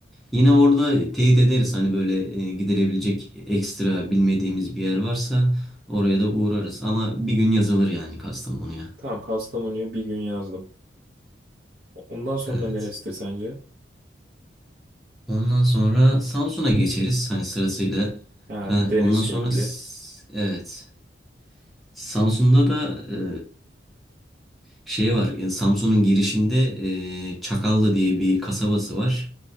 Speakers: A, in the centre; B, on the right (about 55°).
A: Yine orada teyit ederiz hani böyle e, gidilebilecek ekstra bilmediğimiz bir yer varsa oraya da uğrarız. Ama bir gün yazılır yani Kastamonu'ya.
B: Tamam Kastamonu'yu bir gün yazdım. Ondan sonra
A: Evet.
B: neresidir sence?
A: Ondan sonra Samsun'a geçeriz hani sırasıyla.
B: Ha
A: Ha,
B: bir deniz
A: ondan
B: şekli.
A: sonra s- evet. Samsun'da da e, şey var. Yani Samsun'un girişinde e, Çakallı diye bir kasabası var.